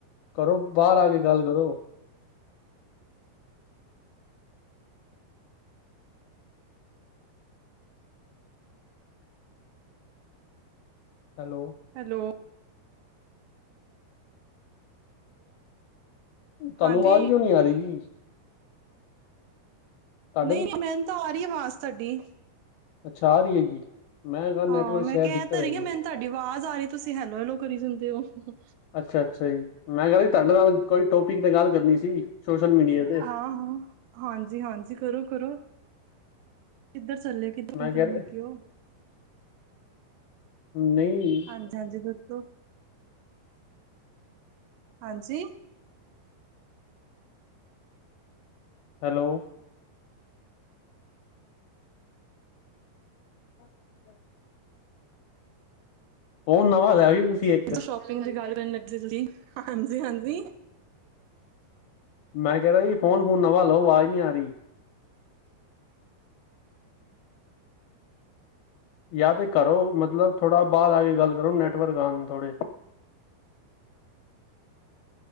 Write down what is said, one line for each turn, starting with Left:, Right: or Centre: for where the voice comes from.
Left: ਘਰੋ ਬਾਅਰ ਆ ਕੇ ਗੱਲ ਕਰੋ। ਹੈਲੋ।
Right: ਹੈਲੋ।
Left: ਤਾਨੂੰ
Right: ਹਾਂਜੀ
Left: ਵਾਜ਼ ਕਿਓ ਨੀ ਆ ਰੀ ਜੀ। ਤੁਹਾਡੇ
Right: ਨਈ ਨਈ ਮੈਨੂੰ ਤਾਂ ਆ ਰੀ ਏ ਵਾਜ਼ ਤਾਡੀ।
Left: ਅੱਛਾ! ਆ ਰੀ ਏ ਜੀ? ਮੈਂ ਕਿਹਾ ਨੈਟਵਰਕ
Right: ਹਾਂ! ਮੈਂ
Left: ਸ਼ਾਇਦ
Right: ਕੈ
Left: ਦਿੱਕਤ
Right: ਤੇ
Left: ਹੈਗੀ
Right: ਰਈ ਆ ਮੈਨੂੰ ਤਾਡੀ ਵਾਜ਼ ਆ ਰੀ ਤੁਸੀਂ ਹੈਲੋ- ਹੈਲੋ ਕਰੀ ਜਾਂਦੇ ਓ ਹਹ ਹੁੰ
Left: ਅੱਛਾ! ਅੱਛਾ ਜੀ। ਮੈਂ ਕੈਰਾ ਈ ਤਾਡੇ ਨਾਲ ਕੋਈ ਟੋਪਿਕ ਤੇ ਗੱਲ ਕਰਨੀ ਸੀ। Social media. ਤੇ
Right: ਹਾਂ-ਹਾਂ, ਹਾਂਜੀ! ਹਾਂਜੀ, ਕਰੋ- ਕਰੋ। ਕਿੱਧਰ ਚੱਲੇ? ਕਿੱਧਰ
Left: ਮੈ
Right: ਕਰਨ
Left: ਕੈ ਰਿਆ
Right: ਲੱਗੇ ਹੋ
Left: ਨਈ।
Right: ਹਾਂਜੀ ਹਾਂਜੀ ਦੱਸੋ। ਹਾਂਜੀ
Left: ਹੈਲੋ <unintelligible> ਫੋਨ ਨਵਾਂ ਲੈ ਆਈਓ ਤੁਸੀਂ ਇੱਕ
Right: ਜੋਂ ਸ਼ੋਪਿੰਗ ਦੀ ਗੱਲ ਨ ਚਲੀ। ਹਾਂਜੀ! ਹਾਂਜੀ!
Left: ਮੈਂ ਕਹਿ ਰਿਆ ਜੀ। ਫੋਨ- ਫੂਨ ਨਵਾਂ ਲਓ। ਆਵਾਜ਼ ਨੀ ਆ ਰੀ। ਜਾਂ ਤੇ ਘਰੋ, ਮਤਲਬ ਥੋੜਾ ਬਾਹਰ ਆ ਕੇ ਗੱਲ ਕਰੋ। ਨੈੱਟਵਰਕ ਆਣ ਥੋੜੇ।